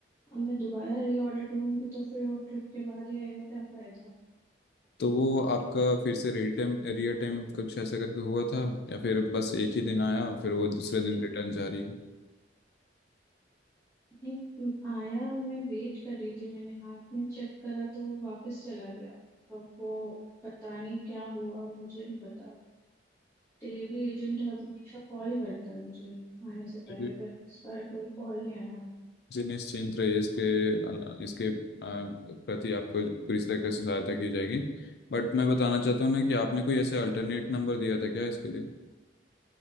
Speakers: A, on the left; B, on the left.
A: अब मैं दोबारा री ऑर्डर करूंगी तो फिर वो ट्रिप के बाद ही आएगा क्या फायदा
B: तो वो आपका फिर से रिटर्न रियर टाइम कुछ ऐसा करके हुआ था या फिर बस एक ही दिन आया और फिर वो दूसरे दिन रिटर्न जा रही
A: नहीं म, आया मैं वेट कर रही थी मैंने ऐप में चेक करा तो वो वापस चला गया अब वो पता नहीं क्या हुआ मुझे नहीं पता डिलीवरी एजेंट हमेशा कॉल करता है मुझे आने से पहले
B: है
A: पर इस बार कोई कॉल नहीं आया
B: जी निश्चिंत रहिए इसके अल- इसके आ, प्रति आपको पूरी तरीके से सहायता की जाएगी बट मैं बताना चाहता हूँ ना कि आपने कोई ऐसे अल्टरनेट नंबर दिया था क्या इसके लिए